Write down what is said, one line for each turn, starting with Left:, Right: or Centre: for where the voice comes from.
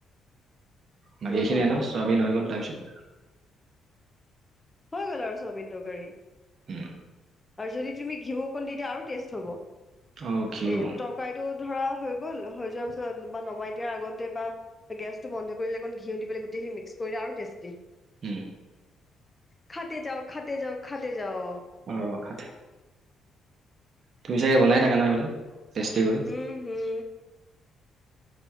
Right: বাকীখিনি
Left: বহুত ভাল পাওঁ
Right: ছয়াবিন হৈ গ'ল তাৰপিছত
Left: হৈ গ'ল আৰু ছয়াবিন তৰকাৰী
Right: উম
Left: আৰু যদি তুমি ঘিউ অকণ দি দিয়া আৰু টেষ্ট হ'ব
Right: অ ঘিউ
Left: এ তৰকাৰী ধৰা হৈ গ'ল হৈ যোৱাৰ পিছত বা নমাই দিয়াৰ আগতে বা গেছটো বন্ধ কৰিলে অকণ ঘিউ দি পাই গোটেইখিনি মিক্স কৰিলে আৰু টেষ্টি
Right: উম
Left: খাতে যাও খাতে যাও খাতে যাও
Right: অ খাতে তুমি চাগে বনাইথাকা নহয় এইবিলাক? টেষ্টটিউবত
Left: ওঁ--হোঁ।